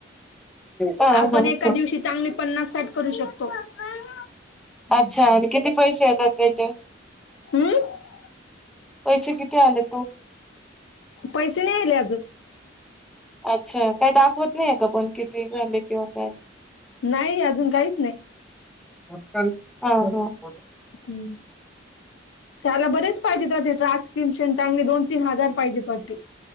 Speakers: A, in the centre; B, on the left (about 75°).
A: हा
B: आपण
A: हा
B: एका
A: हा
B: दिवशी चांगली पन्नास साठ करू शकतो. <unintelligible>
A: अच्छा आणि किती पैसे येतात त्याचे?
B: हम्म
A: पैसे किती आले?
B: पैसे नाही आले अजून.
A: अच्छा काय दाखवत नाहीये का पण किती झाले किंवा काय?
B: नाही अजून काहीच नाही.
A: <unintelligible>
B: हं त्याला बरेच पाहिजे ते देतो आस्न्क्रिप्शन चांगले दोन. तीन हजार पाहिजे क्वांटी.